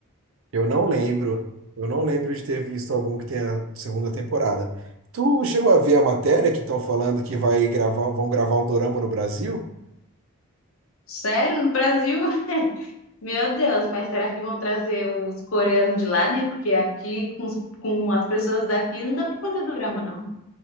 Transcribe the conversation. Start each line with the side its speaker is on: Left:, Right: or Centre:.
Right: Eu não lembro, eu não lembro de ter visto algum que tenha segunda temporada. Tu chegou a ver a matéria que estão falando que vai gravar, vão gravar um dorama no Brasil?
Left: Sério, no Brasil? <laughs> Meu Deus, mas será que vão trazer os coreanos de lá, né? Porque aqui, com, os- com as pessoas daqui, não dá pra fazer dorama, não.